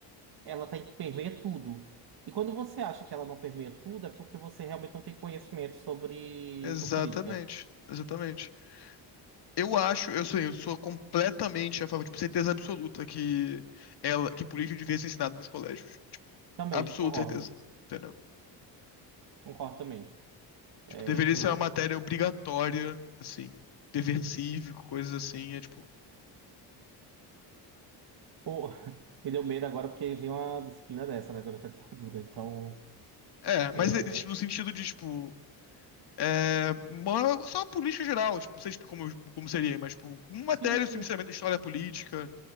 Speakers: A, on the right; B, on the left.
A: ela tem, permeia tudo. E quando você acha que ela não permeia tudo, é porque você realmente não tem conhecimento sobre,
B: exatamente,
A: sobre política.
B: exatamente. Eu acho, eu sou, eu sou completamente a favor, tipo, certeza absoluta que ela, que política devia ser ensinada nos colégios.
A: Também,
B: Absoluta
A: concordo.
B: certeza. Entendeu?
A: Concordo também. É,
B: Tipo, deveria
A: eu,
B: ser uma matéria obrigatória, assim, dever cívico, coisas assim, é tipo.
A: pô, <laughs> me deu medo agora porque vi uma disciplina dessa, né, durante a ditadura. Então,
B: É, mas
A: é,
B: é, tipo, no sentido de, tipo, é, uma- só a política geral, tipo, não sei tipo, como, como seria, mas, tipo, uma matéria,
A: sim, sim.
B: sinceramente, de história política,